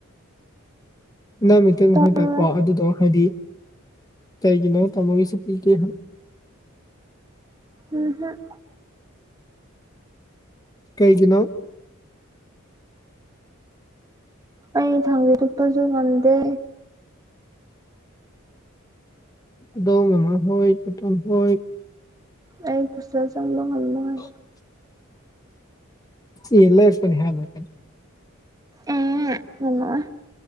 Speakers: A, on the left; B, on the right.
A: ꯅꯪ <unintelligible>
B: ꯇꯧꯔꯣꯏ
A: ꯑꯗꯨꯗꯣ ꯍꯥꯏꯗꯤ ꯀꯩꯒꯤꯅꯣ ꯇꯃꯣ ꯀꯩꯁꯨ ꯄꯤꯗꯦ ꯍꯥꯏꯕ
B: ꯎꯝꯍꯨꯝ
A: ꯀꯩꯒꯤꯅꯣ
B: ꯑꯩ ꯊꯥꯡꯖꯤꯡ ꯇꯨꯞꯄꯁꯨ ꯉꯝꯗꯦ
A: ꯑꯗꯣ ꯃꯃꯥꯍꯣꯏ ꯄꯇꯣꯟ ꯍꯣꯏ
B: ꯑꯩ <unintelligible> ꯆꯪꯕ <unintelligible> ꯍꯥꯏ
A: <inaudible> ꯑꯦ ꯂꯩꯔꯛꯄꯅꯤ ꯍꯥꯏ ꯂꯣꯏꯔꯦ ꯀꯩꯅꯣ
B: ꯎꯝ ꯉꯝꯃꯔꯣꯏ